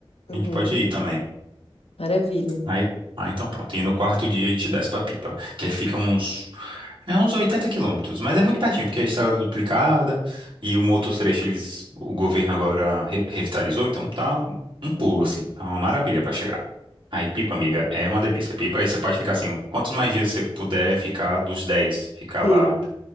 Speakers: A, on the left; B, on the right.
A: Uhum,
B: A gente pode ir também.
A: maravilha.
B: Aí, ah, então pronto. E no quarto dia a gente desce pra Pipa, que aí fica uns, é uns 80 quilômetros, mas é muito pertinho, porque a estrada é duplicada e um outro trecho eles, o governo agora re- revitalizou, então tá um pulo
A: Uhum,
B: assim, tá uma maravilha pra chegar. Aí Pipa, amiga, é uma delícia. Pipa, aí você pode ficar assim, quantos mais dias você puder ficar dos 10, ficar lá
A: Sim,